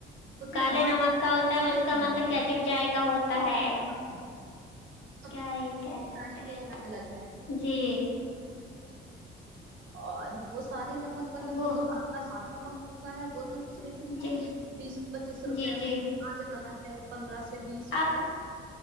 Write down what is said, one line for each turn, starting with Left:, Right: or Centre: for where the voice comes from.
Right: سوچے
Left: کالے نمک کا ہوتا
Right: سارے
Left: ہے اس
Right: نمک
Left: کا مطلب کہ عجیب جائے گا ہوتا ہے ا <unintelligible>
Right: ہاں سب
Left: کیا یہ کہ
Right: ذائقے
Left: سکتے ہیں
Right: الگ الگ ہے
Left: جی
Right: اور ب سارے نمک مطلب
Left: وہ
Right: جو آپ کا نمک ہوتا ہے وہ تو چلیے ٹھیک
Left: جی
Right: ہے بیس پچیس روپے
Left: جی جی
Right: میںن آ جا رہا ہے پندرہ سےو سے بیس
Left: آپ
Right: میں